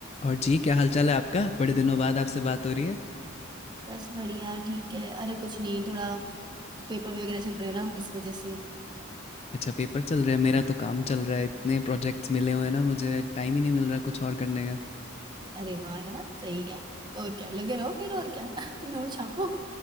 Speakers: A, on the left; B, on the right.
A: और जी क्या हालचाल है आपका बड़े दिनों बाद आपसे बात हो रही है
B: बस बढ़िया ठीक है अरे कुछ नहीं थोड़ा पेपर वगैरह चल रहे हैं ना इस वजह से
A: अच्छा पेपर चल रहे हैं मेरा तो काम चल रहा है इतने प्रोजेक्ट्स मिले हुए हैं ना मुझे टाइम ही नहीं मिल रहा कुछ और करने का
B: अरे वाह यार सही है और क्या लगे रहो फिर और क्या <laughs> नोट छापो